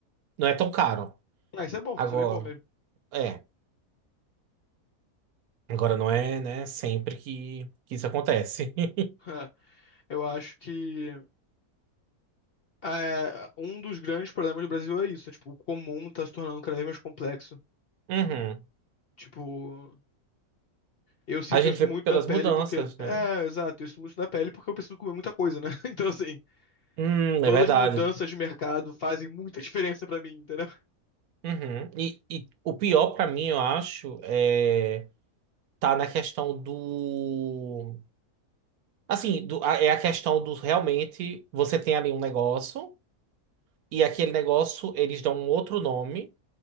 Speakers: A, on the right; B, on the left.
A: Não é tão caro.
B: Ah, isso é bom,
A: Agora,
B: isso é bem bom mesmo.
A: é. Agora não é, né, sempre que, que isso acontece. <laughs>
B: <laughs> Eu acho que. É, um dos grandes problemas do Brasil é isso, é, tipo, o comum tá se tornando cada vez mais complexo.
A: Uhum.
B: Tipo, eu sinto
A: A gente
B: isso
A: vê
B: muito
A: pelas
B: na pele
A: mudanças,
B: porque.
A: né?
B: É, exato, eu sinto muito na pele porque eu preciso comer muita coisa, né? <laughs> Então, assim,
A: Hum,
B: todas
A: é verdade.
B: as mudanças de mercado fazem muita <laughs> diferença pra mim, entendeu?
A: Uhum. E, e o pior pra mim, eu acho, é tá na questão do assim, do, a- é a questão do realmente você tem ali um negócio e aquele negócio eles dão um outro nome